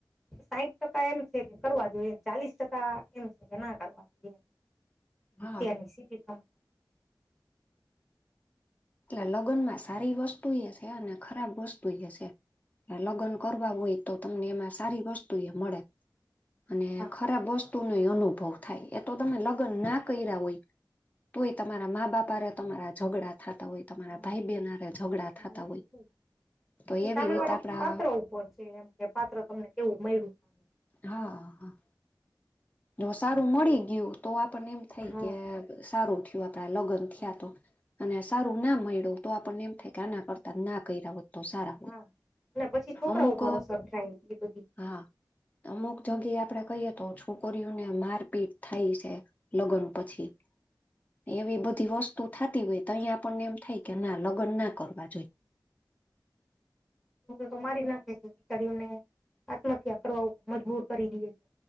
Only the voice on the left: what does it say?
હા.
એટલે લગ્નમાં સારી વસ્તુ યે છે અને ખરાબ વસ્તુ યે છે. લગ્ન કરવા હોય તો તમને એમાં સારી વસ્તુ એય મળે. અને
ખરાબ વસ્તુ નોય અનુભવ થાય. તો તમે લગ્ન ના કર્યા હોય. તોય તમારા મા બાપા હારે તમારા ઝઘડા થાતા હોય તમારા
ભાઈ બેન હાતે ઝઘડા થતા
હોય.
તો એવી
રીતે
આપડા
હ હા. જો સારું મળી ગયું તો આપણને એમ થાય
કે સારું થયું આપણા લગ્ન
થયા તો. અને સારું ના મળ્યું તો આપણને એમ થાય કે આના કરતા ના કર્યા હોત. તો સારા હોય
અમુક
હા અમુક <unintelligible> આપડે કઈએ તો છું. છોકરીઓને મારપીટ થાય છે લગ્ન પછી. એવી બધી વસ્તુ થતી હોય તો અહીંયા આપણને એમ થાય કે ના લગ્ન ના કરવા જોઈએ.